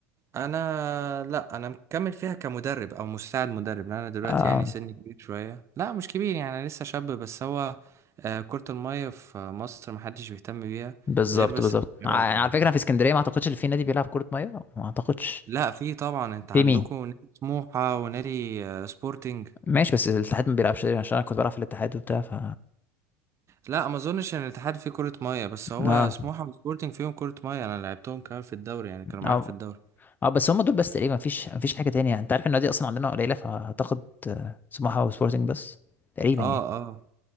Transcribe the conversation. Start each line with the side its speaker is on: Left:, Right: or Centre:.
Right: انا لا انا مكمل فيها كمدرب او مساعد مدرب لان انا دلوقتي
Left: آه
Right: يعني سني كبير شويه لا مش كبير يعني انا لسه شاب بس هو آه، كرة المية في مصر محدش بيهتم بيها
Left: بالظبط
Right: غير بس
Left: بالظبط
Right: الشباب
Left: ع- يعني على
Right: يعني
Left: فكره في اسكندريه ما اعتقدش ان في نادي بيلعب كره ميه ما اعتقدش
Right: لا في طبعا انت
Left: في
Right: عندكم
Left: مين
Right: نادي سموحة ونادي آه، سبورتنج
Left: ماشي بس الاتحاد ما بيلعبش تقريباً، عشان انا كنت بلعب في الاتحاد وبتاع ف
Right: لا ما اظنش ان الاتحاد فيه كرة مية بس هو
Left: اه
Right: سموحة وسبورتنج فيهم كرة مية انا لعبتهم كمان في الدوري يعني كانوا معانا
Left: اه
Right: في الدوري
Left: اه بس هم دول بس تقريبا مفيش مفيش حاجه تانية انت عارف ان النادي اصلا عندنا قليله فهتاخد آه، سموحه وسبورتنج بس تقريبا
Right: اه
Left: يعني
Right: اه